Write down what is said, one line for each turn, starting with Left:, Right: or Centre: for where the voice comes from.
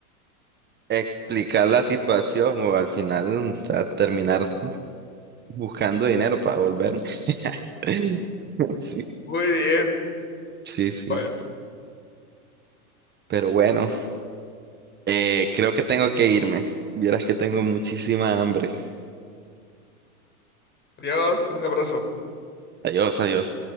Right: explicar la situación o al final, o sea, terminar buscando dinero para volverme. <laughs> Sí,
Left: Muy bien.
Right: sí, sí.
Left: Bueno.
Right: Pero bueno. Eh, creo que tengo que irme. Vieras que tengo muchísima hambre.
Left: Adiós, un abrazo.
Right: Adiós, adiós.